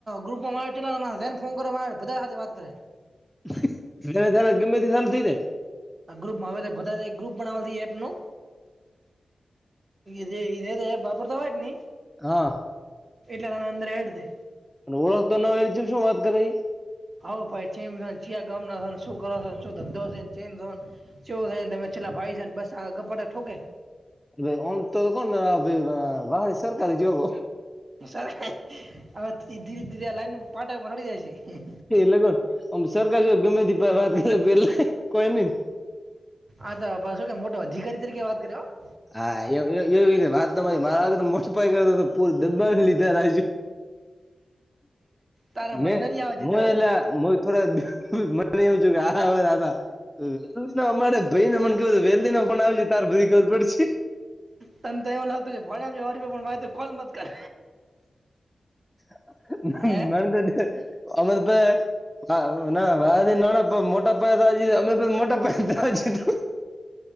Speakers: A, on the right; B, in the centre.
A: ગુપમાં જેને ફોન કરે મા બધા સાથે વાત કરે
B: <unintelligible> ગમેતી સાલુ થઈ જાય
A: આ ગ્રુપ હવે તે બધાતે ગ્રુપ બનાવી છી એપનું ઈ જે જે એપ વાપરતા હોય કે ની
B: હા.
A: એટલા જણા અંદર એડ છે
B: ને ઓળખતો નો હોય એની ચમ શું વાત કરીઈ
A: હોઓ ભાઈ ચેમ છોન ચિયા ગામના છોન શું કરો સો શું ધંધો છેન ચેન સો ચેવું છેન તમે ચેટલા ભાઈ છેને બસ આ ગપાતા ઠોકે
B: ભાઈ આમ તો કોન વાહરે સરકારી જોબો
A: સર હવે ધીરે ધીરે લાઈન પાટ પર ચડી જાય હી
B: એટલે કો હુ ઓમ સરકાર જો ગમે તે પાહે વાત કર પેલે કોઈ નિન
A: આ તો પાછો કે મોટો અધિકારી તરીકે વાત કરે હોં
B: હા એ એવી રીતે વાત તો મારા આગળ તો મોટપાઈ કરતો હતો પૂર દબાવી લીધા રાખશુ
A: તારા
B: મે
A: વધના નહીં આવે જીધા
B: મુું
A: હવે
B: એલા મુએ થોડા મને એવું થયું કે, આયે સો હવે જતા. અમારે ભાઈને કેવું, વેલજીનો ફોન આવશે, તાર બધી ખબર પડશે.
A: તને તો એમ લાગતો છે, ભોડામ જ્યો પણ મારો ઓળશ્યા કોલ મત કર.
B: <unintelligible>
A: હે
B: <unintelligible> અમે પહે હા, ના, નાના-મોટા પાય તો, અમે મોટા પાયે. હ.